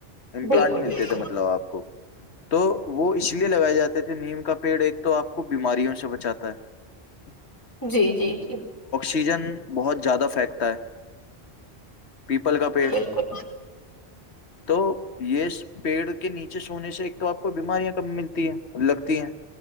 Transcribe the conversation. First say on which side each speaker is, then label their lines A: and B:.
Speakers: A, on the left (about 80°); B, on the left (about 20°).
A: امپلانٹ
B: بالکل
A: ملتے
B: بالکل
A: تھے مطلب آپ کو تو وہ اس لیے لگائے جاتے تھے نیم کا پیڑ ایک تو آپ کو بیماریوں سے بچاتا ہے
B: جی جی جی
A: سیزن بہت زیادہ پھینکتا ہے پیپل کا پیڑ
B: بالکل
A: تو یہ پیڑ کے نیچے سونے سے ایک تو آپ کو بیماریاں کم ملتی ہیں لگتی ہیں